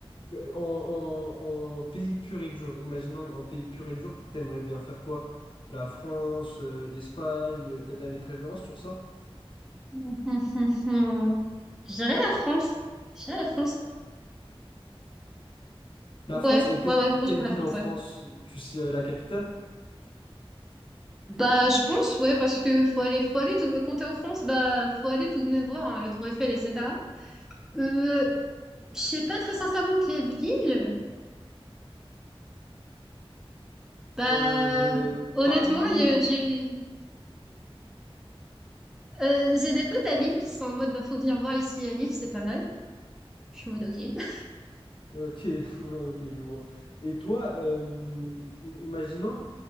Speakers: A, on the left (about 60°); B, in the centre.
A: en, en- en pays pur et dur, imaginons en pays pur et dur, t'aimerais bien faire quoi? La France, euh, l'Espagne, t'as t'as des préférences sur ça?
B: Hum, hum, hum, hum. Je dirais la France. Je dirais la France.
A: La France,
B: Ouais,
A: et quelle,
B: ouais, ouais,
A: quelle
B: franchement, la
A: ville
B: France,
A: en France,
B: ouais.
A: tu sais, euh, la capitale?
B: Bah, je pense, ouais, parce que faut aller, faut aller tout de même, quand en France, bah, faut aller tout de même voir, hein, la Tour Eiffel, etc. Euh, je sais pas très sincèrement quelle ville. Bah,
A: Euh, ben,
B: honnêtement,
A: Paris.
B: il y a-
A: ou-
B: j'ai euh, j'ai des potes à Lille qui sont en mode, bah, faut venir voir ici à Lille, c'est pas mal. Je suis en mode, ok.
A: Ok, <laughs> ok, je vois. Et toi, euh, im- imaginons